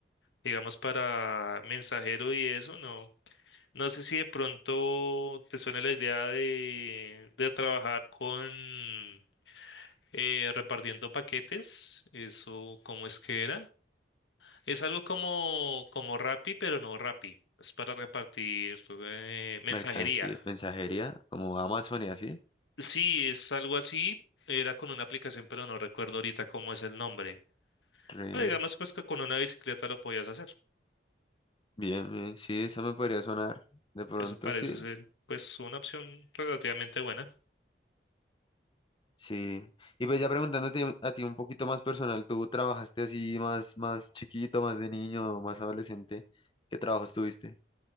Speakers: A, on the left; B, on the left.
A: Digamos para mensajero y eso, no. No sé si de pronto te suena la idea de, de trabajar con eh, repartiendo paquetes. Eso, ¿cómo es que era? Es algo como, como Rappi, pero no Rappi. Es para repartir eh, mensajería.
B: Mercancía, mensajería, como Amazon y así.
A: Sí, es algo así. Era con una aplicación, pero no recuerdo ahorita cómo es el nombre.
B: Re-
A: Pero digamos pues que con una bicicleta lo podías hacer.
B: bien, bien. Sí, eso me podría sonar. De pronto,
A: Eso parece
B: sí.
A: ser pues una opción relativamente buena.
B: Sí. Y pues ya preguntándote un- a ti un poquito más personal, ¿tú trabajaste así más, más chiquito, más de niño, más adolescente? ¿Qué trabajos tuviste?